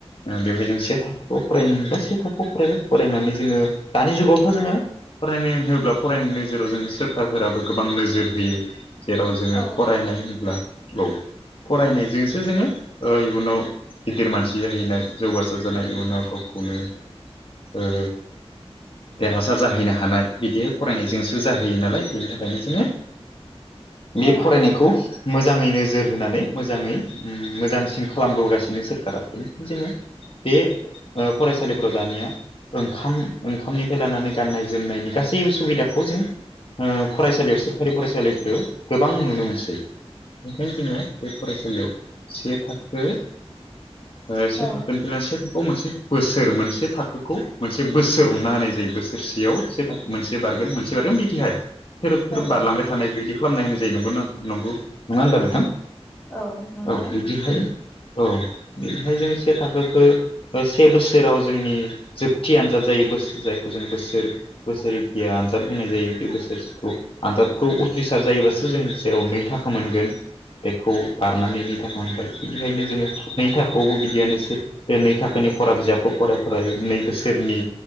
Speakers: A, on the left; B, on the left.
A: ओ बेवहाय जों से थाखोआव फरायनो मोनबाय से थाखोआव फरायबाय फरायनानै जोङो दानि जुगावथ' जोङो फरायनो होनोब्ला फरायनो जेराव जोङो सोरखारफोराबो गोबां नोजोर होयो जेराव जोङो
B: औ
A: फरायनाय होनोब्ला औ फरायनायजोंसो जोङो ओ इयुनाव गिदिर मानसि जाहैनाय जौगासार जानाय इयुनाव गावखौनो ओ देरहासार जाहैनो हानाय बिदिहाय फरायनायजों जाहोयो नालाय बेनि थाखायनो जोङो बे
B: औ
A: फरायनायखौ मोजाङै नोजोर होनानै मोजाङै मोजांसिन खालामबोगासिनो सोरखारा बेनिखायनो जोङो बे ओ फरायसालिफोराव दानिया ओंखाम ओंखामनिफ्राय लानानै गाननाय जोमनायनि गासैबो सुबिदाखौ जों ओ फरायसालियाव सोरखारि फरायसालिफोराव गोबां नुनो मोनसै। ओंखायनो जोङो बे फरायसालियाव से थाखो ओ से
B: औ
A: थाखोनि जोंना से थाखोआव मोनसे बोसोर मोनसे थाखोखौ मोनसे बोसोर हमना होनाय जायो। बोसोरसेयाव मोनसे थाखो मोनसे बारगोन मोनसे बारगोन बि दिहाय थोरोब थोरोब
B: औ
A: बारलांबाय
B: औ
A: थानाय बेबायदि खालामनाय होननाय जायो नंगौ नंगौ नङा ओनबा नोंथां।
B: औ नंगौ
A: औ बिदिहाय औ बिदिहाय जों से थाखोखो ओ से बोसोराव जोंनि जोबथि आनजाद जायो बोसोर जायखौ जों बोसोर बोसोरिखिया आनजाद बुंनाय जायो। बे बोसोरसेखौ आनजादखौ उथ्रिसार जायोबासो जों जेराव नै थाखो मोनगोन। बेखौ बारनानै नै थाखो मोनबाय बिदिखायनो जोङो नै थाखोआवबो बिदियानोसै। बे नै थाखोनि फरा बिजाबखौ फराय फराय नै बोसोरनि